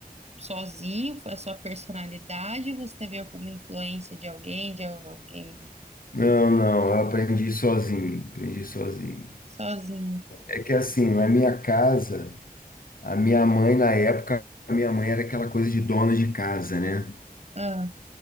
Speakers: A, on the right (about 45°); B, on the left (about 60°).
A: sozinho, foi a sua personalidade, ou você teve alguma influência de alguém, de alguém
B: Não, não, eu aprendi sozinho, aprendi sozinho.
A: sozinho?
B: É que assim, na minha casa, a minha mãe, na época, a minha mãe era aquela coisa de dona de casa, né?
A: Ah,